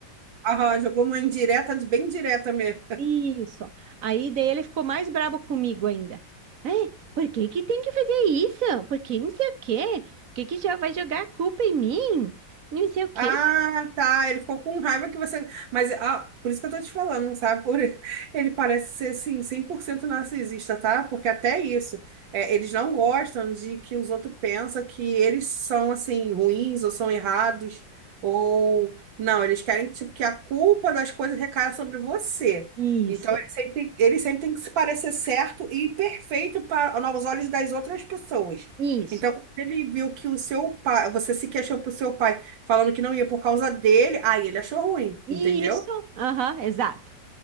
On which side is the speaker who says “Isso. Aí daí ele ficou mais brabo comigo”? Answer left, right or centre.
Right